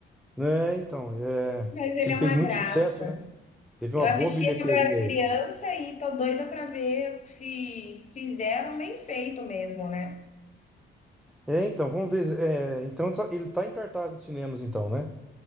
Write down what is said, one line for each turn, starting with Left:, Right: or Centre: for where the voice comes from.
Centre: É, então, é
Left: Mas ele
Centre: que ele
Left: é
Centre: fez
Left: uma
Centre: muito
Left: graça.
Centre: sucesso, né? Teve uma
Left: Eu assistia
Centre: boa bilheteria
Left: quando eu era criança
Centre: ele.
Left: e tô doida pra ver se fizeram bem feito mesmo, né?
Centre: É, então, vamos ver. é, então ele tá ele tá em cartaz nos cinemas, então, né?